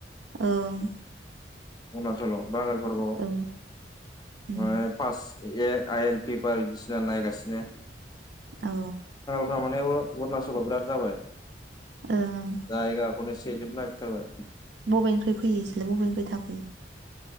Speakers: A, on the right; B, on the left.
A: ओं
B: अरुणाचलाव। बांगालफोरखौ
A: औ उम
B: माने pass A I L paper बिदिसिना नायगासिनो।
A: औ।
B: फ्रा माने उरा उरणाचलाव बिराद जाबाय
A: ओं
B: जायगाखौनो सेजोब नायगिर थारबाय।
A: बबेनिफ्राय फैयो इसोरलाय बबेनिफ्राय थाफैयो।